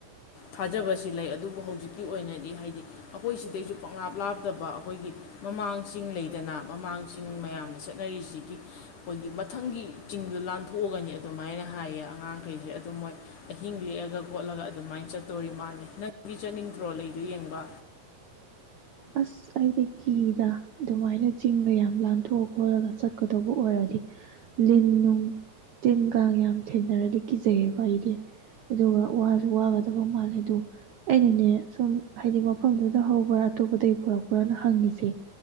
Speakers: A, on the left (about 60°); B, on the right (about 65°).
A: ꯊꯥꯖꯕꯁꯤ ꯂꯩ ꯑꯗꯨꯕꯨ ꯍꯧꯖꯤꯛꯀꯤ ꯑꯣꯏꯅꯗꯤ ꯍꯥꯏꯗꯤ ꯑꯩꯈꯣꯏ ꯁꯤꯗꯩꯁꯨ ꯄꯪꯪꯂꯥꯞ ꯂꯥꯞꯇꯕ ꯑꯩꯈꯣꯏꯒꯤ ꯃꯃꯥꯡꯁꯤꯡꯤꯡ ꯂꯩꯗꯅ ꯃꯃꯥꯡꯁꯤꯡ ꯃꯌꯥꯝꯅ ꯆꯠꯅꯔꯤꯁꯤꯒꯤ ꯑꯩꯈꯣꯏꯒꯤ ꯃꯊꯪꯒꯤ ꯆꯤꯡꯗ ꯂꯥꯟꯊꯣꯛꯑꯒꯅꯤ ꯑꯗꯨꯃꯥꯏꯅ ꯍꯥꯏꯌꯦ ꯑꯉꯥꯡꯈꯩꯁꯦ ꯑꯗꯨ ꯃꯣꯏ ꯑꯍꯤꯡ ꯂꯦꯛꯑꯒ ꯈꯣꯠꯂꯒ ꯑꯗꯨꯃꯥꯏꯅ ꯆꯠꯇꯣꯔꯤ ꯃꯥꯜꯂ ꯅꯪꯒꯤ ꯆꯠꯅꯤꯡꯗ꯭ꯔꯣ ꯂꯩꯗꯨꯣ ꯌꯦꯡꯕ
B: ꯑꯁ ꯑꯩꯗꯤ ꯀꯤꯗ ꯑꯗꯨꯃꯥꯏꯅ ꯆꯤꯡꯗ ꯌꯥꯝ ꯂꯥꯟꯊꯣꯛꯑ ꯈꯣꯠꯂꯒ ꯆꯠꯀꯗꯧꯕ ꯑꯣꯏꯔꯗꯤ ꯂꯤꯟ ꯅꯨꯡ ꯇꯤꯟ ꯀꯥꯡ ꯌꯥꯝ ꯊꯦꯡꯅꯔꯗꯤ ꯀꯤꯖꯩꯌꯦꯕ ꯑꯩꯗꯤ ꯑꯗꯨꯒ ꯋꯥꯁꯨ ꯋꯥꯒꯗꯕ ꯃꯥꯜꯂꯦ ꯑꯗꯨꯗꯣ ꯑꯩꯅꯅꯦ ꯁꯨꯝ ꯍꯥꯏꯗꯤ ꯃꯐꯝꯗꯨꯗ ꯍꯧꯕ꯭ꯔꯥ ꯑꯇꯣꯞꯄꯗꯒꯤ ꯄꯣꯔꯛꯄ꯭ꯔꯥꯅ ꯍꯪꯉꯤꯁꯦ